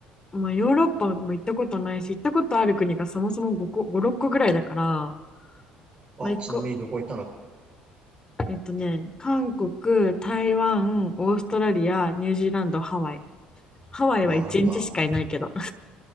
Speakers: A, on the left; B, on the right.
A: まあ、ヨーロッパも行ったことないし、行ったことある国がそもそも5個、5、6個ぐらいだから、
B: あ、
A: まあ、1個、
B: ちなみにどこ行ったの
A: えっとね、韓国、台湾、オーストラリア、ニュージーランド、ハワイ。ハワイは1日しかいないけど
B: わあ、なんか